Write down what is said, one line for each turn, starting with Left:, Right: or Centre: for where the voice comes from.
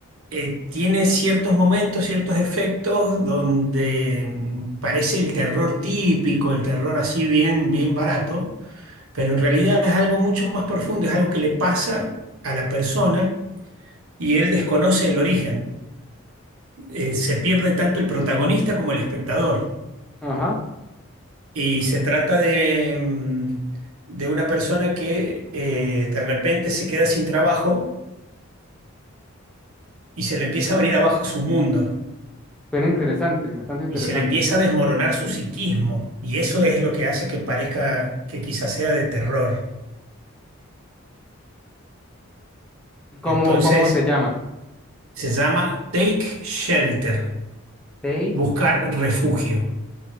Right: eh, tiene ciertos momentos, ciertos efectos donde mm, parece el terror típico, el terror así bien, bien barato, pero en realidad es algo mucho más profundo, es algo que le pasa a la persona y él desconoce el origen. Eh, se pierde tanto el protagonista como el espectador.
Centre: Ajá,
Right: Y se trata de, mm, de una persona que eh, de repente se queda sin trabajo y se le empieza a venir abajo su mundo.
Centre: suena interesante, bastante interesante.
Right: y se le empieza a desmoronar su psiquismo, y eso es lo que hace que parezca que quizás sea de terror.
Centre: ¿Y ¿Cómo,
Right: Entonces,
Centre: cómo se llama?
Right: se llama Take Shelter,
Centre: Seis
Right: buscar refugio.